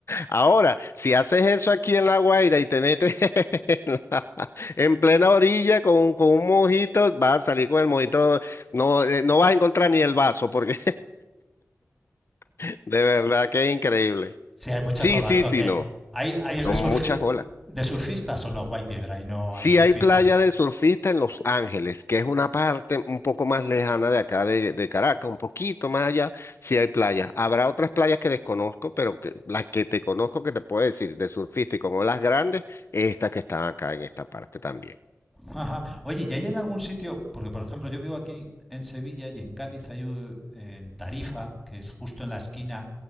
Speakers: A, on the left; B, in the centre.
A: Ahora, si haces eso aquí en La Guaira y te metes <laughs> en, la- en plena orilla con, un- con un mojito, vas a salir con el mojito, no, eh, no vas a encontrar ni el vaso, porque <laughs> de verdad que es increíble.
B: Sí, hay muchas
A: Sí,
B: olas,
A: sí,
B: ok.
A: sí, no.
B: ¿Hay, hay
A: Son
B: es de, surfi-
A: muchas olas.
B: de surfistas o no? piedra y no
A: Sí
B: hay surfistas.
A: hay playa de surfista en Los Ángeles, que es una parte un poco más lejana de acá de, de Caracas, un poquito más allá, sí hay playas. Habrá otras playas que desconozco, pero que, las que te conozco que te puedo decir de surfista y con olas grandes, es esta que están acá en esta parte también.
B: Ajá. Oye, ¿y hay en algún sitio? Porque, por ejemplo, yo vivo aquí en Sevilla y en Cádiz hay u- en Tarifa, que es justo en la esquina